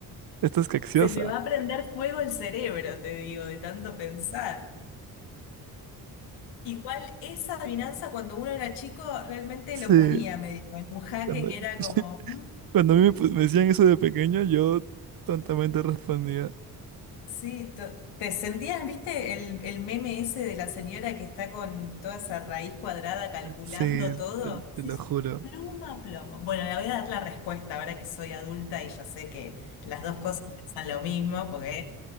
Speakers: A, on the right; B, on the left.
A: Esta es capciosa.
B: Se me va a prender fuego el cerebro, te digo, de tanto pensar. Igual esa adivinanza cuando uno era chico realmente
A: Sí,
B: lo ponía medio en un jaque
A: cuando,
B: que era
A: <laughs>
B: como... mm,
A: cuando a mí me, pu- me decían eso de pequeño, yo tontamente respondía,
B: Sí, to- te sentías, viste, el, el meme ese de la señora que está con toda esa raíz cuadrada calculando
A: sí,
B: todo.
A: te, te
B: Sí,
A: lo
B: es
A: juro,
B: pluma a plomo. Bueno, le voy a dar la respuesta ahora que soy adulta y ya sé que las dos cosas pesan lo mismo porque